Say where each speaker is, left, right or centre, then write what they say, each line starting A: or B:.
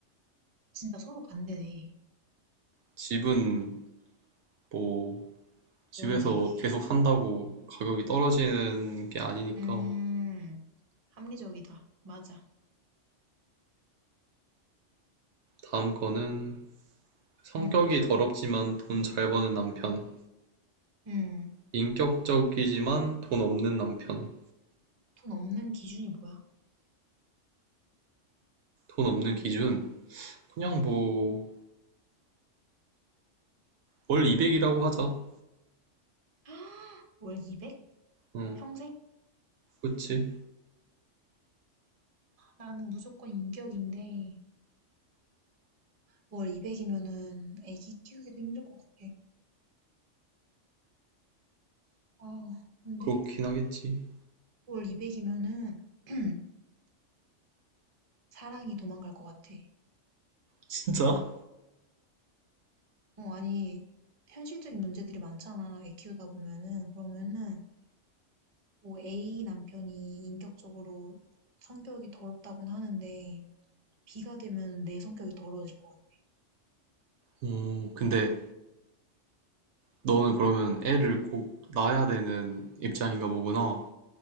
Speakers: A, on the right; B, on the right.
A: 진짜 서로 반대네.
B: 집은 뭐, 집에서
A: 모르네.
B: 계속 산다고 가격이 떨어지는 게 아니니까.
A: 음, 합리적이다. 맞아.
B: 다음 거는, 성격이
A: 응,
B: 더럽지만 돈 잘 버는 남편.
A: 응.
B: 인격적이지만 돈 없는 남편.
A: 돈 없는 기준이 뭐야?
B: 돈 없는 기준? 그냥
A: 응.
B: 뭐, 월 200이라고 하자.
A: <gasps> 월 200?
B: 응,
A: 평생?
B: 그치.
A: 나는 무조건 인격인데, 월 200이면은 애기 키우기도 힘들 것 같아. 아, 근데
B: 그렇긴 하겠지. <laughs>
A: 월 200이면은 <clears throat> 사랑이 도망갈 것 같아.
B: 진짜?
A: 어, 아니, 현실적인 문제들이 많잖아. 애 키우다 보면은. 그러면은, 뭐 A 남편이 인격적으로 성격이 더럽다고는 하는데 B가 되면 내 성격이 더러워질 것 같아.
B: 어, 근데 너는 그러면 애를 꼭 낳아야 되는 입장인가 보구나.